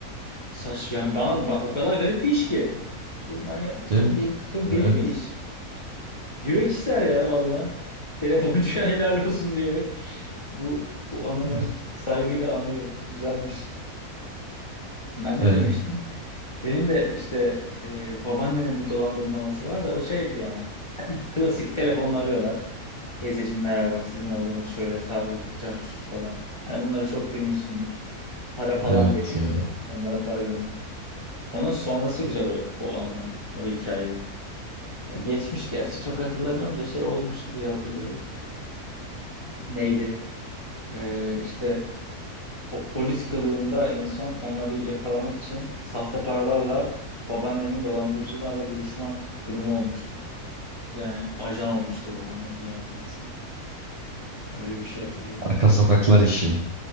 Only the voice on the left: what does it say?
saç yani bana, ba- o kadar garip bir iş ki. Çok manyak
çok deli, çok
deli bir iş. Yürek ister ya valla. Telefoncuya <laughs> helal olsun diyerek bu bu anını
saygıyla anıyorum. Güzelmiş. Ben ne
demiştim? Benim de işte e, babaannenin bir dolandırma anısı var da o şey bir yana. Klasik telefonla arıyorlar. Teyzeciğim merhaba sizin oğlunuz şöyle savcılık, cart curt falan. Hani bunları çok duymuşsundur. Para falan
veriyor
o da. Onlara para gönderiyor. Onun sonrası güzel o, o anının, o hikayenin. Ya geçmiş gerçi çok hatırlamıyorum da şey olmuştu diye hatırlıyorum. Neydi? Ee, işte o- polis kılığında en son onları yakalamak için sahte paralarla babaannemin dolandırıcılarla buluşma durumu olmuştu. Yani ajan olmuştu babaannem bir yerde resmen. Öyle bir şey hatırlıyorum.